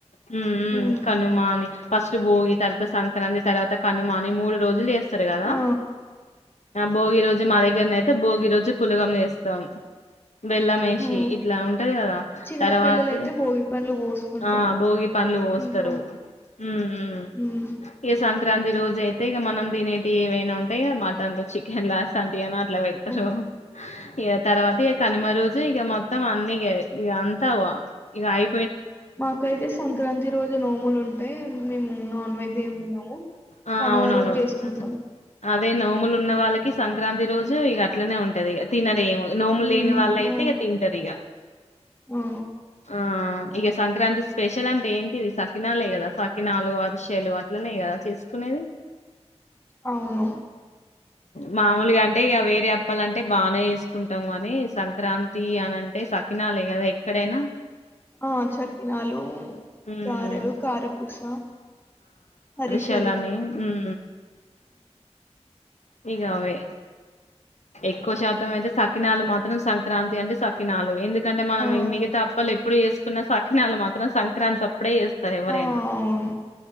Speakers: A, on the left; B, on the left.
A: మ్ మ్
B: ఉమ్
A: కనుమ అని ఫస్ట్ భోగి తర్వాత సంక్రాంతి తర్వాత కనుమాని మూడు రోజులు చేస్ చేస్తారు కదా
B: ఆ
A: భోగి రోజు జు మా దగ్గర నైతే భోగి రోజు పులగం చేస్తాం. బెల్లమేషి
B: ఆ
A: ఇట్లా ఉం కదా
B: చిన్న
A: తర్వాతి
B: పిల్లలైతే భోగి పండ్లు పోసుకుంటాం
A: ఆ భోగి పండ్లు పోస్తరు
B: ఇంట్లో
A: ఉం ఉం
B: ఉమ్
A: ఇగ సంక్రాంతి రోజ అయితే ఇక మనం దినేటియి ఏవైనా ఉంటాయిగా మటన్లు చికెన్ లాస్ సంటియని అట్ల పెడుతరు
B: ఆ
A: ఇగ తర్వాత ఇగ కనుమ రోజు ఇగ మొత్తం అన్ని ఇ ఇగ అంతవ ఇగ అయి
B: మాకైతే సంక్రాంతి రోజు నోములు ఉంటయి మేము నాన్ వెజ్ ఏం తినము
A: ఆ
B: కనుమ
A: అవునవును
B: రోజు చేసుకుంటాం
A: ఉమ్. అదే నోములు ఉన్న వాళ్ళకి సంక్రాంతి రోజు ఇగ అట్లనే ఉంటది ఇగ తినరేము నోముల్లెని
B: హ్మ్.
A: వాళ్ళు అయితే
B: ఆ!
A: ఇగ తింటరు ఇగ
B: ఆ!
A: ఆ ఇగ సంక్రాంతి స్పెషల్ అంటే ఏన్ టిది సక్ కినాలే గద సాకినాలు అర్ షలు అట్లనే గదా చేస్ కునేది
B: అవును
A: మామూలుగా అంటే ఇగ వేరే అప్పాలంటే బానే చేసుకుంటాం గని సంక్రాంతి అనంటే సకినాలే గదా ఎక్కడైనా
B: ఆ చకినాలు
A: ఉమ్,
B: గారెలు కారపూస హరిష్
A: చలాని ఉం ఇగ అవే ఎక్కువ శాతం అయితే సకినాలు మాత్రం సంక్రాంతి అంటే సకినాలు ఎందు కఅంటే మనం
B: ఆ!
A: మిగతా అప్పలు ఎప్పుడు చేసు కున్న సకినాలు మాత్రం సంక్రాంతి అప్ ప్పుడే చేస్తర్ ఎవ్వరైనా
B: ఆ! అవును.